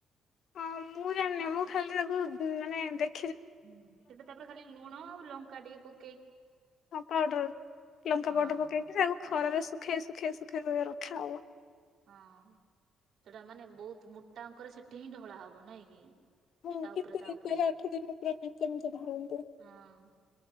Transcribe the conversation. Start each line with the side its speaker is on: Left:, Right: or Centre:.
Left: ହଁ ମୁଁ ଜାଣିନି ମୁଁ ଖାଲି ତାକୁ ମାନେ ଦେ
Right: ହୁଁ ସେଟା ତାପରେ ଖାଲି ଲୁଣ ଆଉ ଲଙ୍କା ଟିକେ ପକ୍
Left: ହଁ ପାଉଡର ଲଙ୍କା
Right: ହଁ
Left: ପାଉଡର ପକେଇକି
Right: ହଁ
Left: ତାକୁ ଖରାରେ
Right: ହଁ
Left: ଶୁଖେଇ ଶୁଖ୍ ଶୁଖେଇ ଶୁଖେଇ କରି ରଖା ହବ।
Right: ହଁ ସେଟା ମାନେ ବହୁତ ମୁଟା ଅଙ୍କରେ ସେଠି ହିଁ ଢଳା ହବ ନାଇଁ କି।
Left: ହଁ
Right: ତା
Left: କେତେ
Right: ଉପରେ ତା
Left: ଦିନ
Right: ଉପରେ।
Left: ପରେ ଆଠ ଦିନ ପୁରା ମେଞ୍ଚେ ମେଞ୍ଚେ ଧରନ୍ତି।
Right: ହଁ